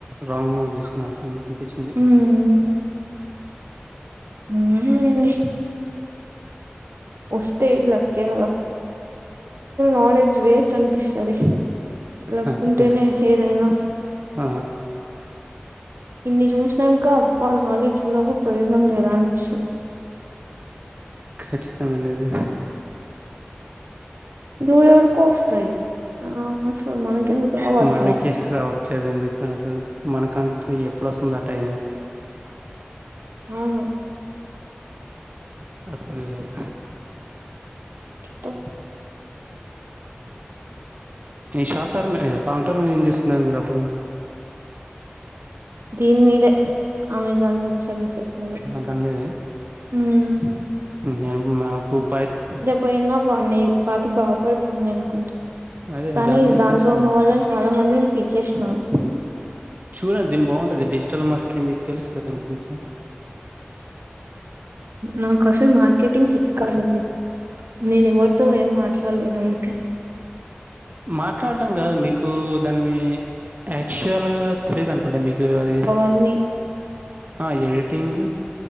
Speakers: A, on the right (about 40°); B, on the right (about 70°).
A: రాంగ్ మూవ్ తీసుకున్ అనిపించింది
B: మ్మ్ అండి వస్తే ఇద్ లక్కే గదా నాలెడ్జ్ వేస్ట్ అనిపిస్తది లక్కుంటేనే
A: అదే
B: ఏదైనా
A: ఆ
B: ఇన్ని చూసినంక అబ్బా నాలెడ్జ్ ఉన్నా గూడ ప్రయోజనం లేదా అనిపిస్తది
A: ఖచ్చితంగా ఉండేది
B: ఎవురెవురికో వస్తాయి ఆ అసలు మనకెందుకు రావు అర్థం
A: మనకి
B: కాదు
A: రావట్లేదు ఎందుకు అసలు మనకం ఎప్పుడు వస్తుందా టైము
B: అవును
A: అర్థమే గాదు
B: చెప్పు
A: ఈ షాటర్మే లాంగ్ టర్న్ ఏం తీసుకున్నారు మీరప్పుడు
B: దీని మీదే అమెజాన్ వెబ్ సర్వీసెస్ మీదే
A: గన్ మీదే
B: మ్మ్
A: ఇంగేం మాకు పైత్కి
B: పొయినా బావున్నే ఈపాటికి బాగుపడతనే అనుకుంటే
A: అదే
B: కానీ
A: దాని మీదే
B: దాంట్లో
A: తీసుకున్నాను.
B: ఉన్న వాళ్ళని చాలా మందిన్ పీకేసినారు
A: చూడండి దీన్ బావుంటది డిజిటల్ మార్కెటింగ్ మీకు తెలుసు కదా దని గురించి
B: నాకసలు మార్కెటింగ్ సిట్ కావాలండి నేను ఎవరుతో ఏం మాట్లాలేను అందుకై
A: మాట్లాడడం గాదు మీ కు దానిమి యాక్చువల్ గా తెలిదనుకుంట మీకు అది
B: అన్ని
A: ఆ ఎడిటింగ్